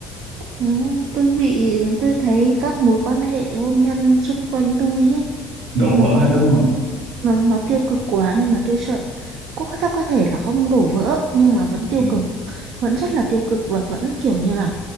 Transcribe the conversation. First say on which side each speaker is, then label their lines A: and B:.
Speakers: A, on the right; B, on the right.
A: Ừ, tôi bị tôi thấy các mối quan hệ hôn nhân xung quanh tôi ấy
B: đổ
A: nó
B: vỡ hết đúng không
A: nó nó tiêu cực quá nên là tôi sợ có có có thể là không đổ vỡ nhưng mà vẫn tiêu
B: ừ.
A: cực vẫn rất là tiêu cực và vẫn kiểu như là